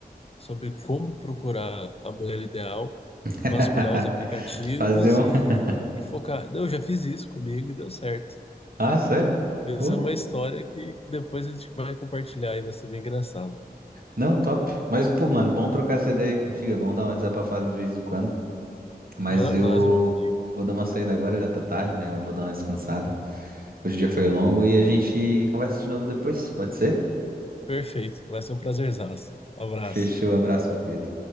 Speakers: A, on the left; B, on the right.
A: sobre como procurar a mulher ideal,
B: <laughs>
A: vasculhar os aplicativos
B: Fazer um.
A: e,
B: <laughs>
A: e focar. Não, eu já fiz isso comigo e deu certo.
B: Ah, sério?
A: Essa
B: Pô,
A: é uma história que, que depois a gente vai compartilhar e vai ser bem engraçado.
B: não, top. Mas, pô, mano, bom trocar essa ideia aí contigo. É bom dar uma desabafada de vez em quando. Mas
A: Não é
B: eu
A: nóis, meu amigo.
B: vou dar uma saída agora, já tá tarde, né? Eu vou dar uma descansada. Hoje o dia foi longo e a gente conversa de novo depois, pode ser?
A: Perfeito. Vai ser um prazerzaço. Um abraço.
B: Fechou, abraço, meu querido.